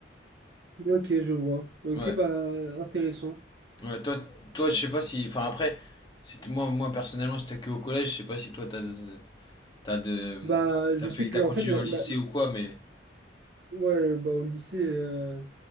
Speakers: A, on the right (about 70°); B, on the left (about 25°).
A: Ok, je vois. Ok,
B: Ouais.
A: bah, intéressant.
B: Ouais, toi, toi, je sais pas si. Enfin, après, c'était moi, moi personnellement, j'étais que au collège. Je sais pas si toi, t'as, t'as de,
A: Bah, je
B: t'as fait,
A: sais que,
B: t'as
A: en
B: continué
A: fait, la,
B: au lycée
A: la-
B: ou quoi, mais
A: ouais, bah, au lycée, euh,